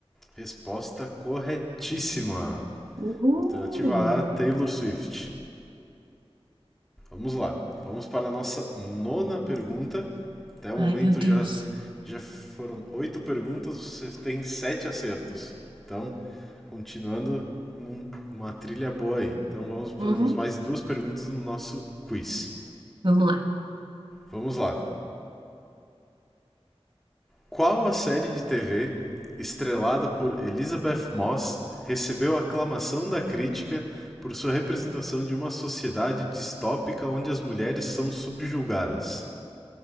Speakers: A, in the centre; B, on the right.
A: Resposta corretíssima.
B: Uhul.
A: Alternativa A, Taylor Swift. Vamos lá. Vamos para a nossa nona pergunta. Até o momento
B: Ai, meu Deus.
A: já, já foram oito perguntas, você tem sete acertos. Então, continuando numa trilha boa aí. Então, vamos, podemos
B: Uhum.
A: mais duas perguntas no nosso quiz.
B: Vamos lá.
A: Vamos lá. Qual a série de TV, estrelada por Elizabeth Moss, recebeu aclamação da crítica por sua representação de uma sociedade distópica onde as mulheres são subjugadas?